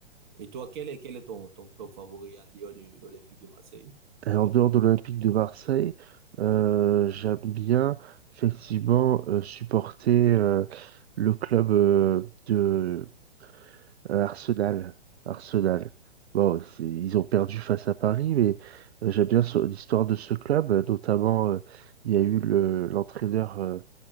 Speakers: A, on the right; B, on the right.
A: Et toi, quel est, quel est ton, ton club favori en dehors de l'Olympique de Marseille?
B: Et en dehors de l'Olympique de Marseille, euh, j'aime bien effectivement euh, supporter euh, le club euh, de euh, Arsenal. Arsenal. Bon, c'est- ils ont perdu face à Paris, mais euh, j'aime bien so- l'histoire de ce club. Euh, Notamment, euh, il y a eu le, l'entraîneur euh,